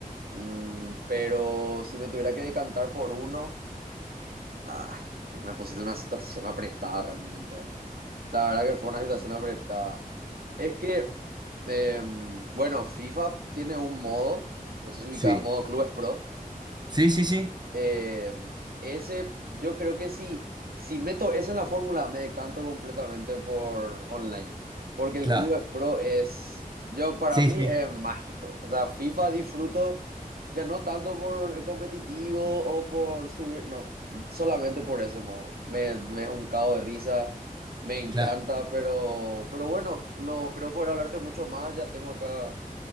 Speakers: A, on the right (about 85°); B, on the right (about 30°).
A: Mm, pero si me tuviera que decantar por uno, Ah, que me pusiste en una situación apretada realmente. La verdad que fue una situación apretada. Es que, eh, bueno, FIFA tiene un modo, no sé si ubicabas
B: Sí,
A: modo Clubes Pro.
B: sí, sí, sí,
A: Eh, ese, yo creo que si, si meto esa en la fórmula, me decanto completamente por online. Porque el
B: claro,
A: Clubes Pro es, yo para
B: sí,
A: mí
B: sí,
A: es mágico. O sea, FIFA disfruto ya no tanto por el competitivo o por subir, no, solamente por ese modo. Me, me es un cago de risa, me encanta,
B: claro.
A: pero, pero bueno, no creo poder hablarte mucho más. Ya tengo acá,